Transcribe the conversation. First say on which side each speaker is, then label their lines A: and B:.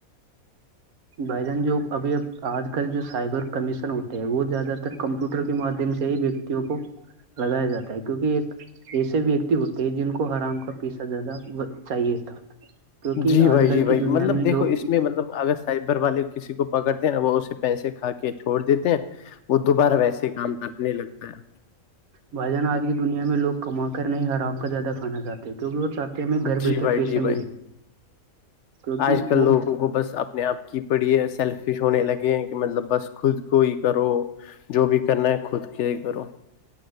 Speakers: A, on the right; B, on the left.
A: بھائی جان جو ابھی اب آج کل جو سائبر کمیشن ہوتے ہے وہ زیادہ تر کمپیوٹر کے مادھیم سے ہییک کو لگایا جاتا ہے کیونکہ ایک ایسے ویکتی ہوتے ہیں جن کو آرام کا پیسہ زیادہ چاہیے تھا کیونکہ
B: جی بھائی
A: آج
B: جی
A: کل
B: بھائی
A: کی دنیا
B: مطلب
A: میں
B: دیکو
A: لوگ
B: اس میں مطلب اگست سائبر والے کسی کو پکڑتے ہیں نا وہ اسے پیسے کھا کے چھوڑ دیتے ہیں وہ دوبارہ ویسے کام کرنے لگتا ہے
A: بھائی جان آج کی دنیا میں لوگ کما کر نہیں آرام کا زیادہ کھانا چاہتے ہیں کیک وہ چاہتے ہم میں گھر
B: جی
A: بیٹھے
B: بھائی
A: پیسے
B: جی بھائی
A: ملے کیونکہ
B: آج کل
A: وہ
B: لوگوں کو بس اپنے آپ کی پڑھیے سیلفیش ہونے لگے ہیں کہ مطلب بس خود کوو ہی کرو جو بھی کرنا ہے خود کے ہی کرو